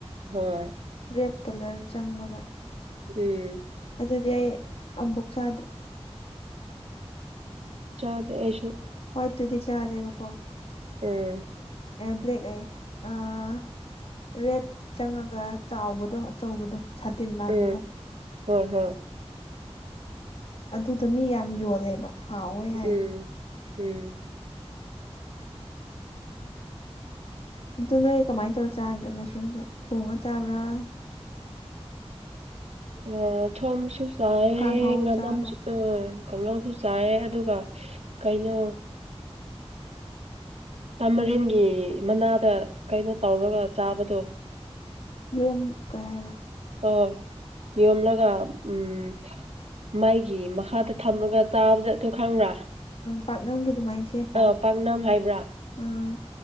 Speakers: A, on the right (about 75°); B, on the left (about 60°).
A: ꯍꯣꯏ
B: ꯔꯦꯗ ꯀꯂꯔ ꯆꯪꯕꯒ
A: ꯎꯝ
B: ꯑꯗꯨꯗꯤ ꯑꯩ ꯑꯕꯨꯛ ꯆꯥꯗ꯭ꯔꯔꯤ
A: ꯆꯗ ꯑꯩꯁꯨ
B: ꯀꯣꯏꯠꯇꯨꯗꯤ ꯆꯔꯦꯕꯣꯀꯣ
A: ꯎꯝ
B: ꯑꯦ ꯕ꯭ꯂꯦꯛꯦꯛ ꯑ ꯑ ꯔꯦꯠ ꯆꯪꯉꯒ ꯆꯥꯎꯕꯗꯣ ꯑꯆꯧꯕꯗꯣ ꯁꯥꯇꯤꯟ ꯃꯥꯟꯕꯗꯣ
A: ꯎꯝ ꯍꯣꯏ ꯍꯣꯏ
B: ꯑꯗꯨꯗ ꯃꯤ ꯌꯥꯝ ꯌꯣꯜꯂꯦꯕ ꯍꯥꯎꯋꯦ ꯍꯥꯏꯌꯦ
A: ꯎꯝ ꯎꯝ
B: ꯑꯗꯨ ꯅꯣꯏ ꯀꯃꯥꯏꯅ ꯇꯧꯔ ꯆꯥꯒꯦ ꯃꯁꯔꯨꯝꯁꯦ ꯊꯣꯡꯉ ꯆꯥꯕ꯭ꯔꯥ
A: ꯑ ꯊꯣꯃꯁꯨ ꯆꯑꯦ
B: ꯀꯥꯡꯍꯧ
A: ꯉꯅꯝꯁꯨ
B: ꯆꯥꯕ꯭ꯔꯥ
A: ꯎ ꯀꯥꯡꯉꯧꯁꯨ ꯆꯥꯏꯌꯦ ꯑꯗꯨꯒ ꯀꯩꯅꯣ ꯇꯥꯃꯔꯤꯦꯟꯒꯤ ꯃꯅꯥꯗ ꯀꯩꯅꯣ ꯇꯧꯔꯒ ꯆꯥꯕꯗꯣ
B: ꯔꯝ ꯀꯦꯕ
A: ꯍꯣꯏ ꯌꯣ ꯑꯃꯂꯒ ꯎꯝ ꯃꯥꯏꯒꯤ ꯃꯈꯥꯗ ꯊꯝꯃꯒ ꯆꯥꯕꯁ ꯑꯗꯨ ꯈꯪꯕ꯭ꯔꯥ
B: ꯄꯥꯛꯅꯝꯒꯤ ꯑꯗꯨꯃꯥꯏꯅ ꯁꯦꯝꯕ
A: ꯑ ꯄꯥꯛꯅꯝ ꯍꯥꯏꯕ꯭ꯔꯥ
B: ꯑꯥ